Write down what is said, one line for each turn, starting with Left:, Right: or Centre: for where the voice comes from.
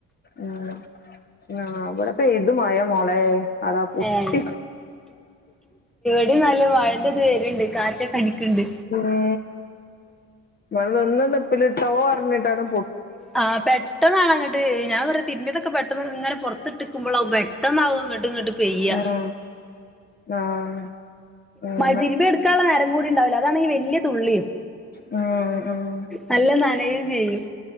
Left: ഉം ആഹ് ഇവിടെപ്പെയ്തു മഴ മോളെ അതാ പൊട്ടി
Centre: ഏഹ് ഇവടിന്നാല് മഴൻ്റത് വര്ണ്ട് കാറ്റൊക്കെ അടിക്ക്ണ്ട്
Left: ഇമ്മേ ന്നാ നിന്നനിപ്പ്ല് ട്ടോ അറ്ഞ്ഞ്ട്ടാണ്ട് പൊ
Centre: ആ പെട്ടെന്നാണങ്ങട്ട് ഞാൻ പറയാ തിരുമ്പിയതൊക്കെ പെട്ടെന്ന് ഇങ്ങനെ പൊർത്ത്ട്ടിക്ക്മ്പളാവും പെട്ട ന്നാവും ഇങ്ങട്ട് ഇങ്ങട്ട് പെയ്യ
Left: ഉം ആഹ് അങ്ങനെ
Centre: തിരുമ്പിയെ ഇട്ക്കാള്ള നേരം കൂടി ഇണ്ടാവൂല അതാണെങ്കി വല്യ തുള്ളിം
Left: ഉം ഉം
Centre: നല്ല നനയും ചെയ്യും